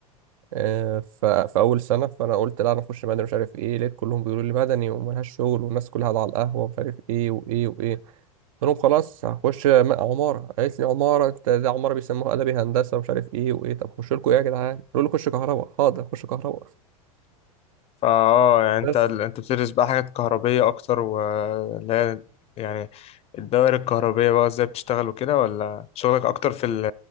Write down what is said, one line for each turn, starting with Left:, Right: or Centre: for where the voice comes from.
Right: آه، ف- في اول سنه فانا قلت لا انا اخش مدني مش عارف ايه لقيت كلهم بيقولوا لي مدني وملهاش شغل والناس كلها قاعده على القهوه ومش عارف ايه وايه وايه قلت لهم خلاص هخش م- عمارة قالت لي عمارة انت ده عمارة بيسموها أدبي هندسة ومش عارف ايه وايه طب خش لكم ايه يا جدعان قالوا لي خش كهرباء حاضر خش كهرباء
Left: فا اه يعني انت
Right: بس
Left: انت بتدرس بقى حاجات كهربيه اكتر واللي هي يعني الدوائر الكهربيه بقى ازاي بتشتغل وكده ولا شغلك اكتر في ال-